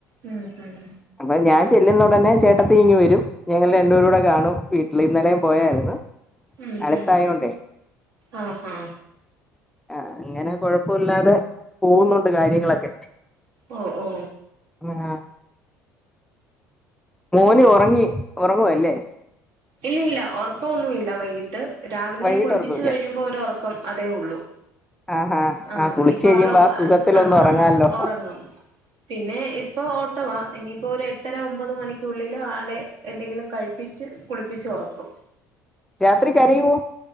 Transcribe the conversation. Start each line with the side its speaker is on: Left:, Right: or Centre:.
Right: ഉം ഹം
Centre: അപ്പൊ ഞാൻ ചെല്ലുന്ന ഉടനെ ചേട്ടത്തി ഇങ്ങി വരും ഞങ്ങൾ രണ്ടും കൂടെ കാണും വീട്ടിൽ ഇന്നലും പോയായിരുന്നു
Right: ഉം
Centre: അടുത്തായോണ്ടേ
Right: ഹം ആഹ് ഹ
Centre: ആ അങ്ങനെ കൊഴപ്പമില്ലാതെ പോകുന്നുണ്ട് കാര്യങ്ങളൊക്കെ
Right: ഓ ഓ
Centre: ആഹ് മോന് ഉറങ്ങി ഉറങ്ങുവല്ലേ
Right: ഇല്ല ഇല്ല ഉറക്കന്നുമില്ല വൈകിട്ട് രാവിലിനെ
Centre: വൈകിട്ട്
Right: കുളിപ്പിച്ച്
Centre: ഉറങ്ങൂല്ലേ
Right: കഴിയുമ്പോ ഒരോറക്കം അതേ ഉള്ളൂ
Centre: ആഹാ
Right: ആഹ
Centre: ആഹ് കുളിച്ച്
Right: ഇപ്പൊ
Centre: കഴിയുമ്പോ
Right: ആളോ
Centre: ആ സുഖത്തിലൊന്ന്
Right: ആഹ്
Centre: ഉറങ്ങാല്ലോ
Right: ഉറങ്ങും പിന്നെ ഇപ്പൊ ഓട്ടവ ഇനിയിപ്പോ ഒരു എട്ടര ഒമ്പത് മണിക്കുള്ളില ആളെ എന്തെങ്കിലും കഴിപ്പിച്ച് കുളിപ്പിച്ച് ഉറക്കും
Centre: രാത്രി കരിയും